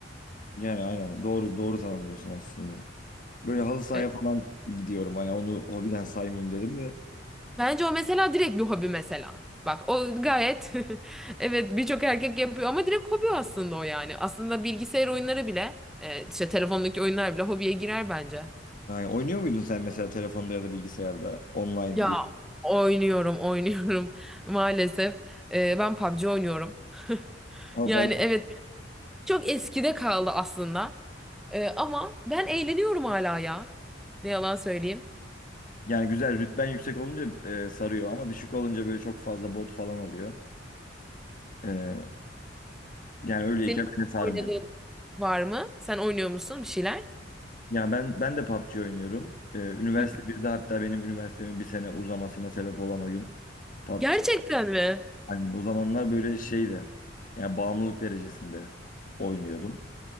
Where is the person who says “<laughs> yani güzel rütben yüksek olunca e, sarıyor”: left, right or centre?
Left